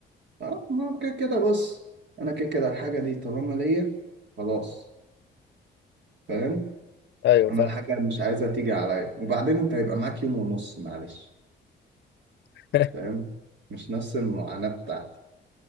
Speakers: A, on the right (about 65°); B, on the left (about 60°).
A: اه ما هو كده كده بص انا كده كده الحاجه دي طالما ليا خلاص فاهم
B: ايوه
A: انا
B: فاهم
A: الحاجه مش عايزها تيجي عليا وبعدين انت هيبقى معاك يوم ونص معلش
B: <laughs>
A: فاهم مش نفس المعاناه بتاعتي